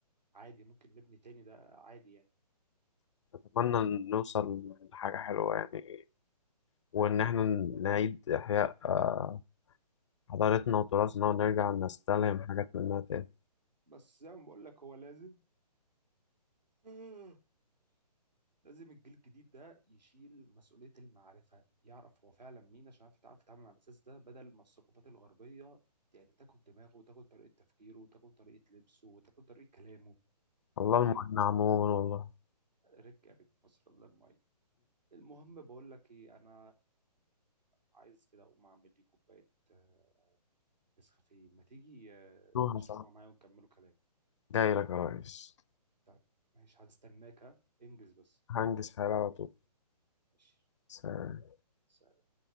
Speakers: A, on the right (about 80°); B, on the left (about 45°).
A: عادي ممكن نبني تاني ده عادي يعني
B: أتمنى نوصل لحاجة حلوة يعني وإن إحنا نعيد إحياء آه، حضارتنا وتراثنا ونرجع نستلهم حاجات منها تاني
A: بس زي ما بقول لك هو لازم <laughs> <sighs> لازم الجيل الجديد ده يشيل مسؤولية المعرفة يعرف هو فعلا مين عشان يعرف يتعرف يتعامل على الأساس ده بدل ما الثقافات الغربية يعني تاكل دماغه وتاكل طريقة تفكيره وتاكل طريقة لبسه وتاكل طريقة كلامه
B: الله
A: فاهم
B: المعين عموما والله
A: ركة رك مصر الله المعين المهم بقول لك ايه انا عايز كده اقوم اعمل لي كوبايه آه، نسكافيه ما تيجي آه،
B: مكتوب
A: تشربها
B: صعب
A: معايا ونكملوا كلام
B: جاي لك يا ريس
A: طيب ماشي هستناك ها انجز بس
B: هنجز حالي على طول
A: ماشي
B: سلام.
A: سلام.